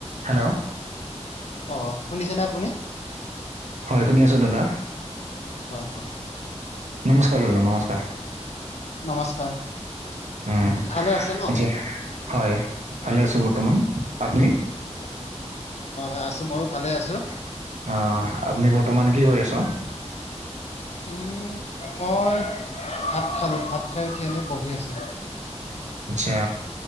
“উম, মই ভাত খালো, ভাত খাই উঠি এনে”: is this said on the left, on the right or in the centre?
Left